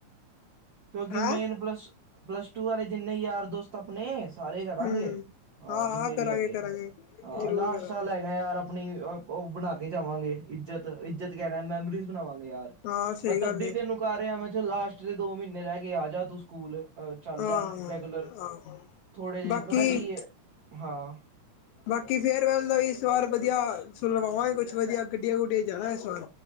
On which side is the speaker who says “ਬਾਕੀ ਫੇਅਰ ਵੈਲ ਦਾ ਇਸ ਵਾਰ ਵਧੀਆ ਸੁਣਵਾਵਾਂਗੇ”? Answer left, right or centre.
Left